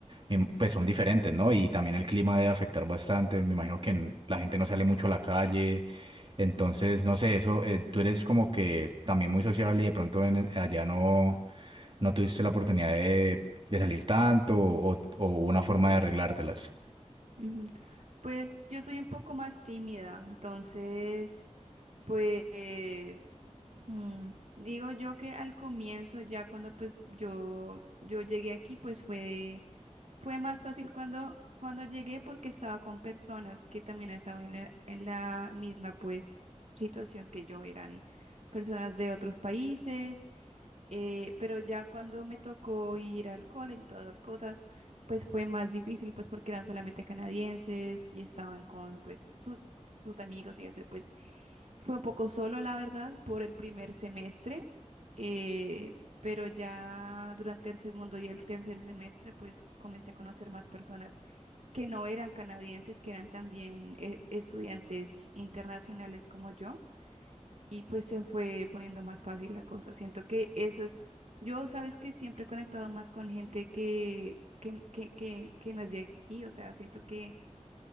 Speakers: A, on the right (about 45°); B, on the right (about 65°).
A: em, pues son diferentes, ¿no? Y también el clima debe afectar bastante. Me imagino que en- la gente no sale mucho a la calle. Entonces, no sé, eso, eh, tú eres como que también muy sociable y de pronto en- allá no, no tuviste la oportunidad de, de salir tanto o, o una forma de arreglártelas.
B: ujú, ujú. Pues yo soy un poco más tímida, entonces Pues mm, digo yo que al comienzo, ya cuando pues yo, yo llegué aquí, pues fue, fue más fácil cuando, cuando llegué porque estaba con personas que también estaban en la, en la misma pues situación que yo, eran personas de otros países, eh, pero ya cuando me tocó ir al college y todas las cosas, pues fue más difícil pues porque eran solamente canadienses y estaban con pues sus, sus amigos y eso, y pues fue un poco solo, la verdad, por el primer semestre, eh, pero ya durante el segundo y el tercer semestre, pues comencé a conocer más personas que no eran canadienses, que eran también eh, estudiantes internacionales como yo, y pues se fue poniendo más fácil la cosa. Siento que eso es, yo sabes que siempre he conectado más con gente que, que, que, que, que no es de aquí, o sea, siento que